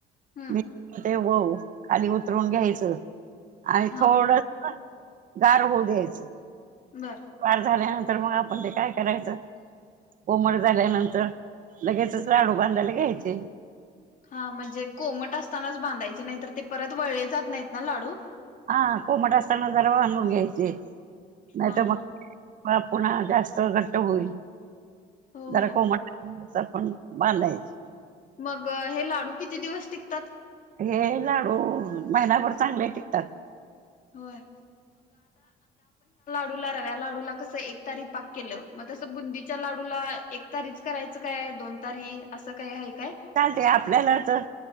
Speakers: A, on the left (about 50°); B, on the right (about 50°).
A: हम्म.
B: मी ते वव खाली उतरून घ्यायचं. आणि
A: हा
B: थोडंस गार होऊ द्यायचं.
A: बर
B: गार झाल्या नं तर मग आपण ते काय करायचं, कोमट झाल्यानंतर लगेचच लाडू बांधायला घ्यायचे.
A: हा म्हणजे कोमट असतानाच बांधायचे नाही, तर ते परत वळले जात नाहीत ना लाडू?
B: हा कोमट असताना जरा बांधून घ्यायचे.
A: हा,
B: नाही तर मग
A: हा.
B: पुन्हा जास्त घट्ट होईल.
A: हो
B: जरा
A: हो
B: कोमट चल आपण बांधायची.
A: मग हे लाडू किती दिवस टिकतात?
B: हे लाडू महिनाभर चांगले टिकतात.
A: होय. लाडू रव्या लाडूला कस एक तारी पाक केलं, मग तसं बुंदीच्या लाडूला एक तारीच करायचं काय दोन तारी असं काय आहे? काय?
B: चालते आपल्याला तर